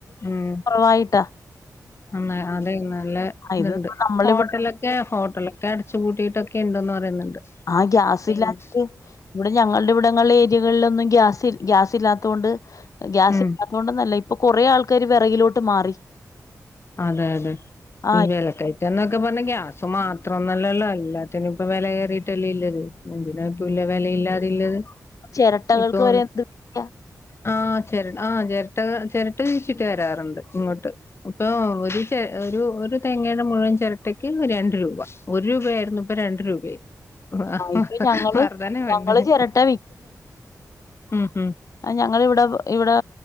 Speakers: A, on the left (about 45°); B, on the left (about 60°).
A: ഉം
B: വായിട്ടാ
A: ഇന്ന അത് നല്ല
B: ഇത്
A: ത്ണ്ട്
B: നമ്മളിവിടെ
A: ഹോട്ടലെ ഒ ഹോട്ടലൊക്കെ അടച്ചുപൂട്ടിയിട്ടൊക്കെ ഉണ്ടന്ന് പറയുന്നുണ്ട്.
B: ആാ ഗ്യാസിലാനറ്റ്
A: പിന്നെ
B: ഇവിടെ ഞങ്ങളുടെ ഇവിടങ്ങളുള്ള ഏരിയകളിലൊന്നും ഗ്യാസ് ഗ്യാസ് ഇല്ലാത്തൊണ്ട് ഗ്യാസ്
A: ഉം
B: ഇല്ലാത്ത കൊൊണ്ട് നല്ല ഇപ്പൊ കുറേ ആൾക്കാാര് വിറകിലോട്ട് മാറി
A: അതെ അതെ
B: ആ
A: നവലക്കായി എന്നൊക്കെ പറഞ്ഞ ഗ്യാസ് മാത്രംന്നല്ലല്ലോ എല്ലാത്തിനും ഇപ്പ വില കയറിയിട്ടല്ലേ ഇല്ലത്. എന്തിനാ ഇപ്പൊ വിലയില്ലാതില്ലത്
B: ചിരട്ടകൾക്ക്
A: ഇപ്പൊ
B: വരെ എന്ത് വിലയാ
A: ആ ചിരട്ട ആഹ് ചിരട്ട ചിരട്ട് ചീച്ചിട്ട് വരാറുണ്ട് ഇങ്ങോട്ട് ഇപ്പൊ ഒരു ചര ഒരു ഒരു തേങ്ങയുടെ മുഴുവൻ ചിരട്ടയ്ക്ക് രണ്ട് രൂപ ഒരു രൂപയായിരുന്നു ഇപ്പൊ രണ്ട് രൂപയായി ആ
B: ഇപ്പൊ ഞങ്ങള്
A: വർധനേ വേണ്ട
B: ഞങ്ങള് ചിരട്ട
A: ഉം ഉം
B: ഞങ്ങൾ ഇവിടെ ഇവിടെ